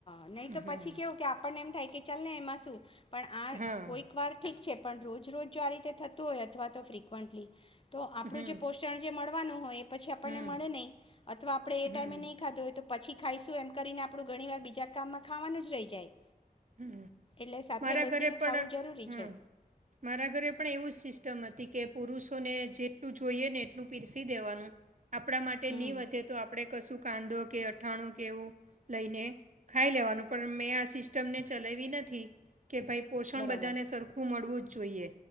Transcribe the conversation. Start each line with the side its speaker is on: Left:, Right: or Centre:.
Left: હ નહી તો
Right: હા
Left: પછી કેવું કે આપણને એમ થાય કે ચાલલે એ માસું પણ આ
Right: હા
Left: કોઈક વાર ઠીક છે. પણ રોજ રોજ જો આ રીતે થતું હોય અથવા તો ફ્રિકવન્ટલી તો આપણું
Right: હમ
Left: જે પોષણ જે મળ નું હોય પછી આપણને
Right: હમ
Left: મળે નહીં, અથવા આપણે એ ટાઈમે
Right: હમ
Left: નહીં ખાધું હોય તો પછી ખાઈશું એમ કરીને આપ આપું ઘણી વાર બીજા કામમાં ખાવાનું જ રહી જાય.
Right: હ
Left: એટલે સાથે
Right: મારા
Left: બેસીને
Right: ઘરે પણ
Left: ખાવું જરૂરી
Right: હમ
Left: છે
Right: મારા ઘરે પણ એવું જ સિસ્ટમ હતી. હતી કે પુરુષોને જેટલું જોઈએ ને એટલું પીરસી દેવાનું. આપણા માટે
Left: હમ
Right: નહીં વધે તો આપણે કશું કાંદો કે અથાણું કે એવું લઈને ખાઈ લેવાનું પણ મેં આ સી મને ચલાવી નથી. કે ભાઈ પોષણ
Left: બરાબર
Right: બધાને સરખું મળવું જ જોઈએ.